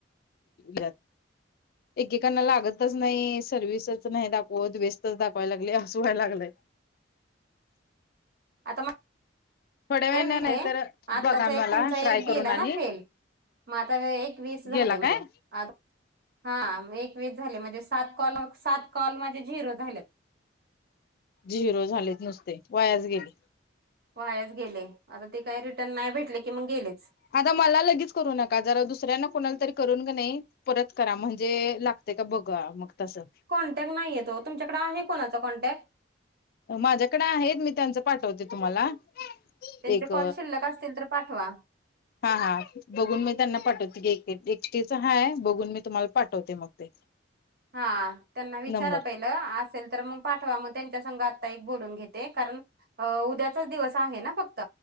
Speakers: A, on the left (about 50°); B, on the right (about 55°).
A: घ... एकेकांना लागतच नाही सव्हिसच नाही दाखवत वेस्तच दाखवाय लागले असं वय लागलंय...
B: आता मग
A: थोड्या वेळने नाही तर
B: आत्ताचा
A: बघा मला
B: एक तुमचा
A: ट्राय
B: एक गेला
A: करून आणि
B: ना फेल... मग आता एक वीस झाले
A: गेला
B: म्हणजे....
A: काय
B: आ हा एक वस झाले म्हणजे सात कॉल सात कॉल माझे झिरो झाले....
A: झिरो झालेच नुसते वायास गेले...
B: पायाच गेले आता ते काही रिटर्न नाही भेटले की मग गेलेच...
A: आता मला लगेच करू नका जरा दुसऱ्यांना कोणाला तरी करून का नाही परत करा म्हणजे लागतेय का बघा मग तसं...
B: कॉन्टॅक्ट नाही आहे तो तुमच्याकडे आहे कोणाचा कॉन्टॅक्ट...
A: माझ्याकडे आहेत मी त्यांचं पाठवते तुम्हाला...
B: त्यांचे
A: एक
B: कॉल शिल्लक असतील तर पाठवा
A: हा हा.... बघून मी त्यांना पाठवते एक्सटीच हाय बघून मी तुम्हाला पाठवते मग ते...
B: हा त्यांना विचारा
A: नंबर
B: पाहिजे.... असेल तर मग पाठवा मग त्यांच्या सं आता एक बोलून घेते कारण..... अ... उद्याचाच दिवस आहे ना फक्त....